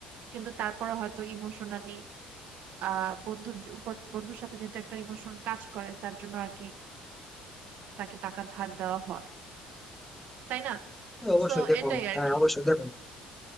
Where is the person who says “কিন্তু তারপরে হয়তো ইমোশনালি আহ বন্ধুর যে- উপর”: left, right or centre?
Right